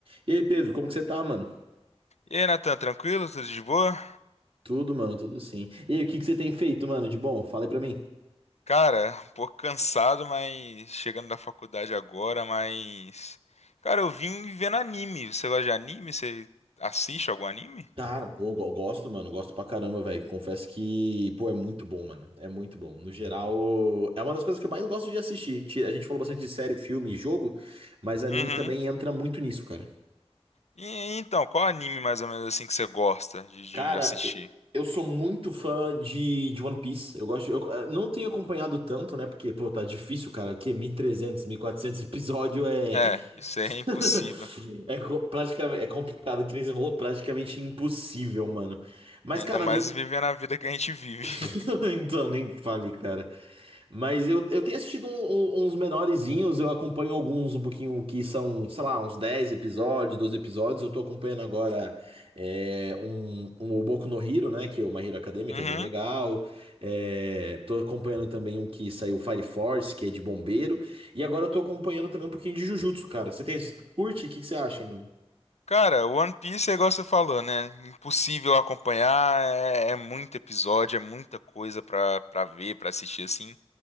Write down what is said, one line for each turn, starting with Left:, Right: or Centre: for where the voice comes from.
Right: E aí, Pedro, como que você tá, mano?
Left: E aí, Nathan, tranquilo? Tudo de boa?
Right: Tudo, mano, tudo sim. E aí, o que que você tem feito, mano, de bom? Fala aí pra mim.
Left: Cara, um pouco cansado, mas chegando da faculdade agora, mas. Cara, eu vim vendo anime. Você gosta de anime? Você assiste algum anime?
Right: Cara, pô, eu gosto, mano, gosto pra caramba, velho. Confesso que, pô, é muito bom, mano. É muito bom. No geral, é uma das coisas que eu mais gosto de assistir. Ti- A gente falou bastante de série, filme e jogo, mas anime
Left: Uhum.
Right: também entra muito nisso, cara.
Left: E então, qual anime mais ou menos assim que você gosta de,
Right: Cara,
Left: de assistir?
Right: e- eu sou muito fã de, de One Piece. Eu gosto, eu eh, não tenho acompanhado tanto, né? Porque, pô, tá difícil, cara. Que 1300, quatrocentos episódio é
Left: É, isso é impossível.
Right: <laughs> É co- praticamente, é complicado, que nem você falou, praticamente impossível, mano. Mas,
Left: Ainda
Right: cara,
Left: mais
Right: não.
Left: vivendo a vida que a gente vive.
Right: <laughs>
Left: <laughs>
Right: Então, nem fale, cara. Mas eu, eu tenho assistido um- um- uns menorezinhos, eu acompanho alguns um pouquinho que são, sei lá, uns 10 episódios, 12 episódios. Eu tô acompanhando agora é, um, um o Boku no Hero, né? Que é o My Hero Academia,
Left: Uhum.
Right: que é bem legal. É, tô acompanhando também um que saiu Fire Force, que é de bombeiro. E agora eu tô acompanhando também um pouquinho de Jujutsu, cara. Você tem, curte? O que que você acha, mano?
Left: Cara, One Piece é igual você falou, né? Impossível acompanhar, é, é muito episódio, é muita coisa pra, pra ver, pra assistir assim.